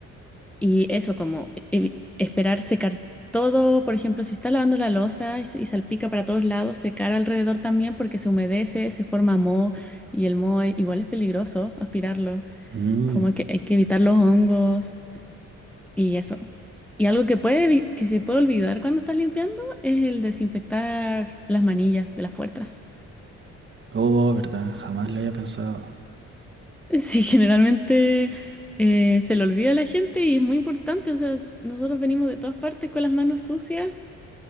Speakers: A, in the centre; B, on the right.
A: y eso, como evi- esperar secar todo, por ejemplo, si está lavando la losa y, se- y salpica para todos lados, secar alrededor también porque se humedece, se forma moho y el moho e- igual es peligroso aspirarlo,
B: Mm,
A: como que hay que evitar los hongos y eso. Y algo que puede, evi- que se puede olvidar cuando estás limpiando es el desinfectar las manillas de las puertas.
B: Oh, verdad, jamás lo había pensado.
A: <laughs> Sí, generalmente eh, se le olvida a la gente y es muy importante, o sea, nosotros venimos de todas partes con las manos sucias